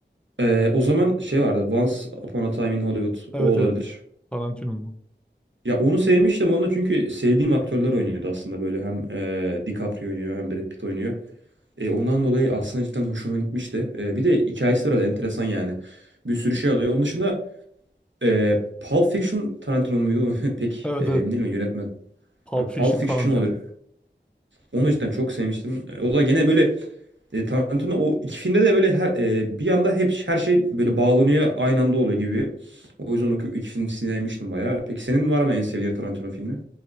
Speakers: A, on the right; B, in the centre.
A: Eee, o zaman şey vardı Once Upon a Time in Hollywood
B: Evet
A: o olabilir.
B: evet. Tarantino'nun.
A: Ya onu sevmiştim onda çünkü sevdiğim aktörler oynuyordu aslında böyle hem eee DiCaprio oynuyor hem Brad Pitt oynuyor. E, ondan dolayı aslında cidden hoşuma gitmişti. E, bir de hikayesi biraz enteresan yani. Bir sürü şey alıyor. Onun dışında e, Pulp Fiction Tarantino muydu? <laughs> Pek
B: Evet
A: e, emin
B: evet.
A: değilim yönetmen.
B: Pulp
A: Ha,
B: Fiction
A: Pulp Fiction
B: Tarantino'nun.
A: olabilir. Onu da cidden çok sevmiştim. E, O da gene böyle E, Tarantino o iki filmde de böyle her e, bir yanda hep her şey böyle bağlanıyor aynı anda oluyor gibi. O yüzden o kö- iki film sinirlenmiştim bayağı. Peki senin var mı en sevdiğin Tarantino filmi?